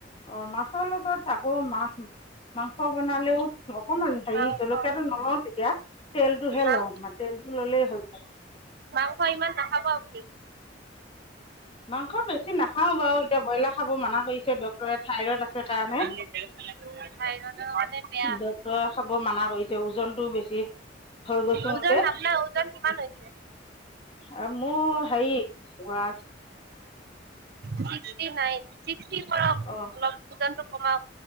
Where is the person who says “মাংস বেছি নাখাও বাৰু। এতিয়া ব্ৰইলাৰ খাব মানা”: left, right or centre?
Left